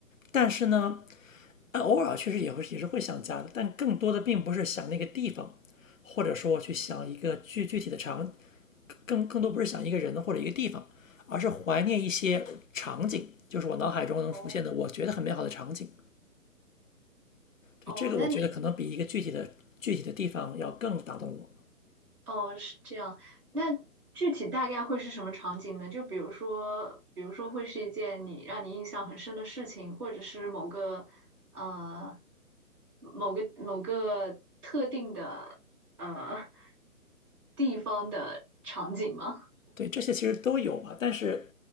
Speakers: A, on the left; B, in the centre.
A: 但是呢，啊，偶尔确实也会也是会想家的，但更多的并不是想那个地方，或者说去想一个具具体的场，更更多不是想一个人或者一个地方，而是怀念一些场景，就是我脑海中能浮现的我觉得很美好的场景。
B: 哦
A: 对，
B: 哦，
A: 这个我觉得可能比一个具体的具体的地方要更打动我。
B: 那哦，是这样。那具体大概会是什么场景呢？就比如说，比如说会是一件你让你印象很深的事情，或者是某个呃某个某个特定的呃地方的场景吗？
A: 对，这些其实都有啊，但是